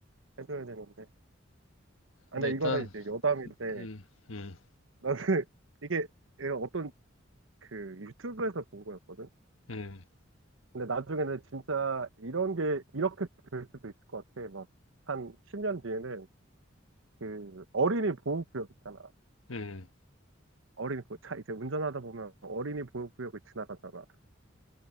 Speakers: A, on the right; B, on the left.
A: 해줘야 되는데. 아,
B: 근데
A: 근데
B: 일단,
A: 이거는 이제 여담인데
B: 음, 음,
A: 나는 <laughs> 이게 얘가 어떤 그 유튜브에서 본 거였거든.
B: 음,
A: 근데 나중에는 진짜 이런 게 이렇게 될 수도 있을 것 같아. 막 한 10년 뒤에는 그 어린이 보호구역 있잖아.
B: 음.
A: 어린이 보호, 차 이제 운전하다 보면 어린이 보호구역을 지나가잖아.